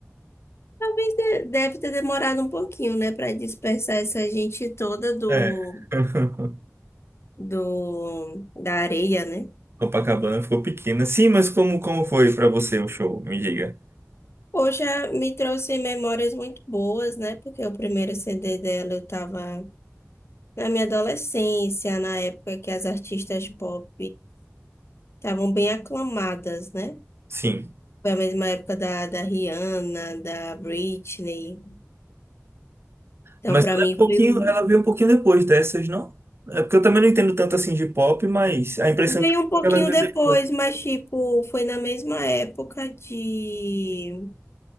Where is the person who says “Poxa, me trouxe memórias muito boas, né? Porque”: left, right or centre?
Left